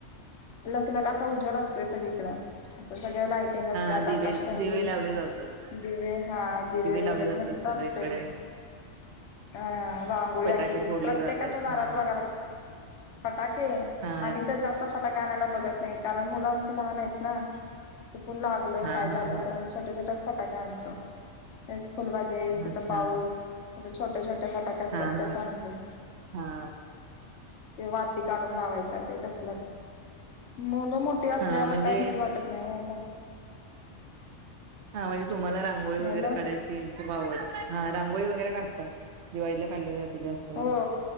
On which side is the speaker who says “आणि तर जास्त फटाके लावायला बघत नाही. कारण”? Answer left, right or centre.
Left